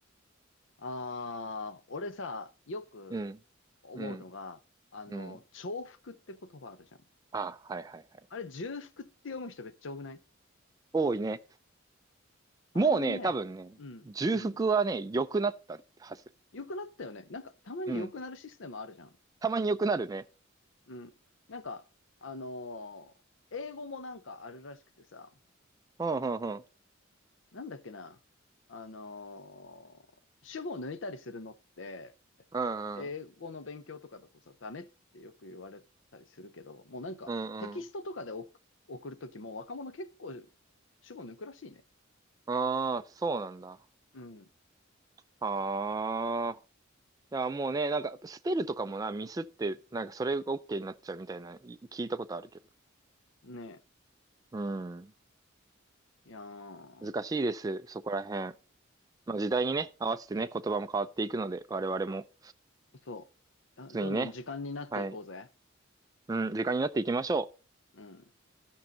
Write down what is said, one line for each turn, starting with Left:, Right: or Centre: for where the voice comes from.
Left: ああ、俺さ、よく思うのが、
Right: うん。うん。
Left: あの、
Right: うん。
Left: 重複って言葉あるじゃん。
Right: あ、はいはいはい。
Left: あれ、重複って読む人めっちゃ多くない
Right: 多いね。
Left: あれはね、
Right: もうね、多分ね、
Left: うん、
Right: 重複はね、
Left: うん。
Right: 良くなったはず。
Left: 良くなったよね。なんか、たまに良くなるシステムあるじゃん。
Right: うん。たまに良くなるね。
Left: うん。なんか、あのー英語もなんかあるらしくてさ、
Right: うんうんうん。
Left: なんだっけな。あのー主語を抜いたりするのって、
Right: うんうん。
Left: 英語の勉強とかだとさ、ダメってよく言われたりするけど、もうなんか、
Right: うんうん。
Left: テキストとかで送、送るときも若者結構主語抜くらしいね。
Right: ああ、そうなんだ。
Left: うん。
Right: ああ。いや、もうね、なんか、スペルとかもな、ミスって、なんか、それが OK になっちゃうみたいな、い聞いたことあるけど。
Left: ね
Right: うん。
Left: え。いやー、
Right: 難しいです、そこら辺。まあ、時代にね、合わせてね、言葉も変わっていくので、我々も、
Left: そう。あどんどん時間になっていこうぜ。
Right: 普通にね、はい。うん、時間になっていきましょ
Left: うん。